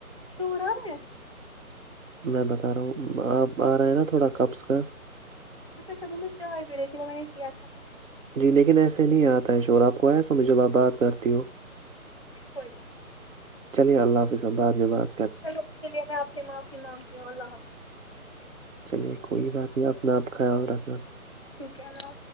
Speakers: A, on the left; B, on the right.
A: شورا میں
B: میں بتا رہا ہوں آپ آ رہے ہیں نا تھوڑا کپس کا
A: اچھا اچھا م چ رہی تھی وہ میں نے کیا تھا
B: جی لیکن ایسے نہیں آتا ہے شور آپ کو آیا سو میںجھے آپ بات کرتی ہو
A: کوئی گ نہیں
B: چلے اللہ حافظ بع میں بد
A: چلو اس کے لیے میں آپ سے معافی مانگتی ہوں اللہ حافظ
B: چلیے کوئی بات نہیں اپنا آپ خیال رکھنا
A: ٹھیک ہے نو